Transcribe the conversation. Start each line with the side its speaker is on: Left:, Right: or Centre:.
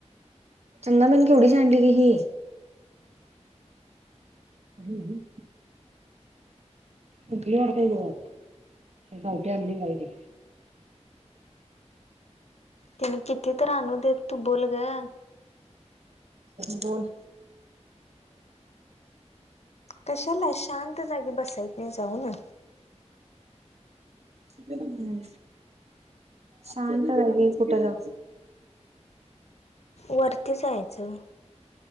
Right: चंदानाने केवढी सांडली गं ही. हम्म हम्म. कुठली वाडतय गं गावटी आणली राहू दे.
Left: त्यांनी किती तर आणू दे तू बोल गं.
Right: बोल.
Left: कशाला शांत जागे बसायत नाही जाऊ ना.
Right: हम्म शांत जागी कुठं जाऊ?
Left: वरती जायचं.